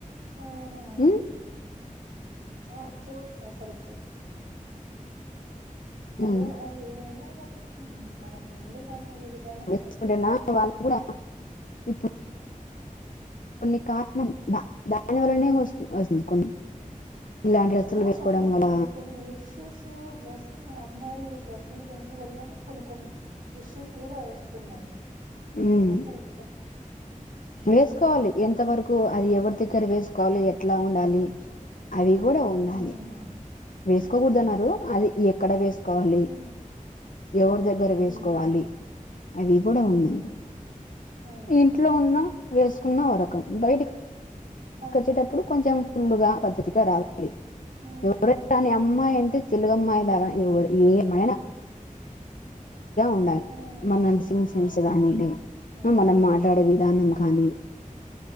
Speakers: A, on the right; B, on the left.
A: ఆహాహా
B: హమ్
A: ఆ చూడు రసలుకు అదే
B: ఉమ్
A: రా ఏమైనా కా మనం ఉండేదాని ఊదానం
B: వేసుకుంటేనా
A: బట్టి ఉంటాం
B: వాళ్ళు కూడా ఇప్పుడు ఇ కొన్ని కా ద దాని వల్లనే వస్తు వస్తుంది కొన్ని ఇలాంటి డ్రస్సులు
A: అవును
B: వేసుకోవడం
A: అవును
B: వల్ల
A: కొన్ని కొన్ని ఇష్యూస్ డ్రెస్సింగ్ అమ్మాయి డ్రెసింగ్ సన్స్ కొన్ని కొన్ని ఇష్యూస్ చూడ వస్తున్నాయి అదే
B: ఉమ్
A: మా కరెక్ట్
B: వేసుకోవాలి ఎంత వరకు అది ఎవరి తికర వేసుకోవాలి ఎట్లా ఉండాలి అవి కూడా ఉండాలి
A: హ్మ్
B: వేసుకోకూడదు
A: అవును
B: అన్నారు అది ఎ కడ వే కోవాలి
A: హ్మ్
B: ఎవరి
A: అవును
B: దగ్గర
A: హ్మ్
B: వేసుకోవాలి అవి కూడా
A: మ్మ్.
B: ఉన్నాయి
A: అవును.
B: ఇంట్లో ఉన్న వస్ న్న వరకం
A: హ్మ్.
B: బయటకి
A: అవును.
B: వచ్చేటప్పుడు కొంచెం పుల్లుగా పద్ధతిగా రావాలి
A: హ్మ్.
B: ర కాని అమ్మాయి
A: అవును.
B: అంటే తెలుగుమ్మాయి దాగా ఏమ ఉండాలి
A: హ్మ్.
B: మనసి గానే
A: అవును.
B: మనం మాట్లాడే విధానం కానీ